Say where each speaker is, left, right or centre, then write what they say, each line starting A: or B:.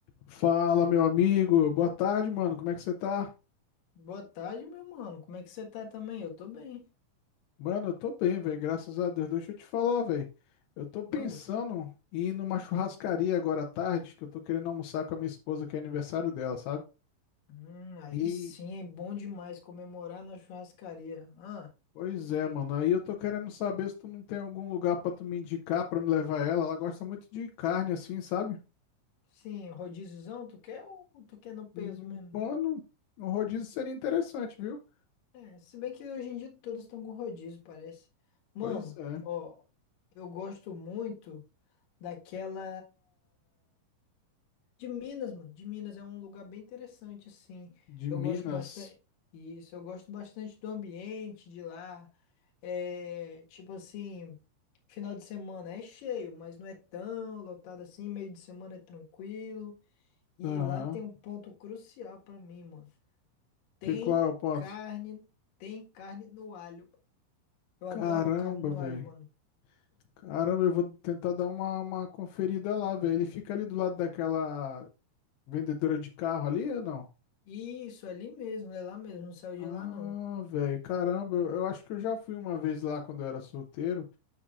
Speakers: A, on the left; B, on the left.
A: Fala, meu amigo. Boa tarde, mano. Como é que você tá?
B: Boa tarde, meu mano. Como é que você tá também? Eu tô bem.
A: Mano, eu tô bem, velho. Graças a Deus. Deixa eu te falar, velho. Eu tô pensando
B: Manda.
A: em ir numa churrascaria agora à tarde, que eu tô querendo almoçar com a minha esposa, que é aniversário dela, sabe?
B: Hum, aí
A: E,
B: sim, é bom demais comemorar na churrascaria. Ah,
A: pois é, mano. Aí eu tô querendo saber se tu não tem algum lugar pra tu me indicar, pra me levar ela. Ela gosta muito de carne, assim, sabe?
B: sim, rodíziozão, tu quer ou tu quer no peso
A: Hum,
B: mesmo?
A: Mano, um rodízio seria interessante, viu?
B: É, se bem que hoje em dia todos estão com rodízio, parece. Mano,
A: Pois é.
B: ó, eu gosto muito daquela de Minas, mano. De Minas é um lugar bem interessante, assim.
A: De
B: Eu
A: Minas.
B: gosto bastante. Isso, eu gosto bastante do ambiente de lá. É, tipo assim, final de semana é cheio, mas não é tão lotado assim, meio de semana é tranquilo. E
A: Aham.
B: lá tem um ponto crucial pra mim, mano. Tem
A: Que qual é o ponto?
B: carne, tem carne no alho. Eu
A: Caramba,
B: adoro carne no
A: velho.
B: alho, mano.
A: Caramba, eu vou tentar dar uma, uma conferida lá, velho. Ele fica ali do lado daquela vendedora de carro ali ou não?
B: Isso, ali mesmo, é lá mesmo, não saiu
A: Ah,
B: de lá não.
A: velho, caramba, eu eu acho que eu já fui uma vez lá quando eu era solteiro.